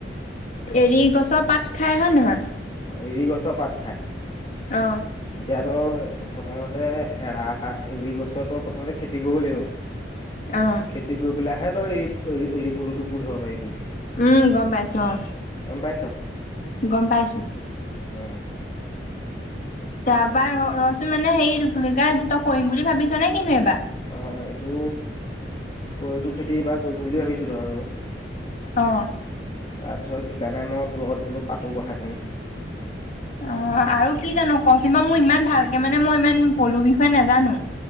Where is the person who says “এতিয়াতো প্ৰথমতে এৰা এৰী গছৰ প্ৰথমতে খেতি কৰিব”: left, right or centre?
Left